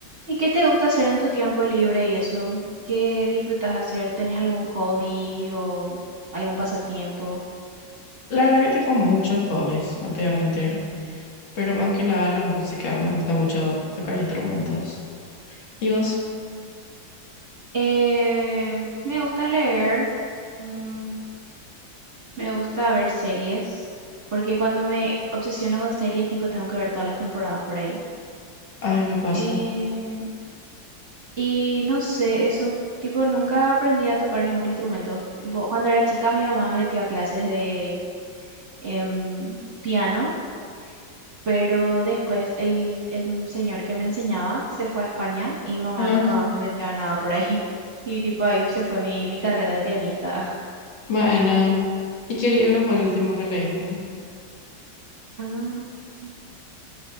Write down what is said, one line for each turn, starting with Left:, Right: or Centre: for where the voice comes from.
Right: ¿Y qué te gusta hacer en tu tiempo libre y eso? ¿Qué disfrutas hacer? ¿Tenés algún hobby o algún pasatiempo?
Left: La verdad que tengo muchos hobbies, no te voy a mentir, pero más que nada la música, me gusta mucho tocar instrumentos. ¿Y vos?
Right: Eh, me gusta leer, mm, me gusta ver series, porque cuando me obsesiono con series, tipo, tengo que ver todas las temporadas por ahí.
Left: Ay, me pasa.
Right: Eh, y no sé, eso, tipo, nunca aprendí a tocar ningún instrumento. Tipo, cuando era chica, mi mamá me metió a clases de em, piano Pero después el, el señor que me enseñaba se fue a España y mamá
Left: Ah,
Right: nunca más me metió a nada por ahí. <laughs> Y tipo ahí se fue mi, mi carrera de pianista.
Left: Maena. ¿Y qué libro fue
Right: <laughs>
Left: el último que leíste?
Right: Ah,